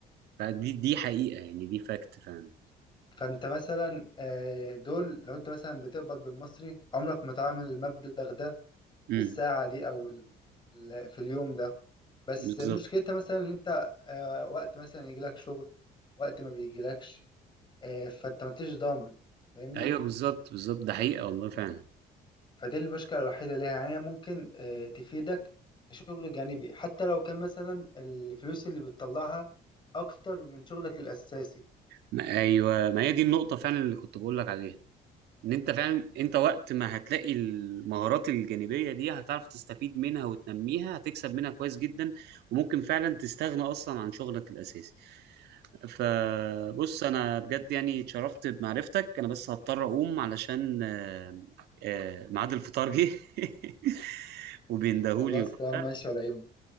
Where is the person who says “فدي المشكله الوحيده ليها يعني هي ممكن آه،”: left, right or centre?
Left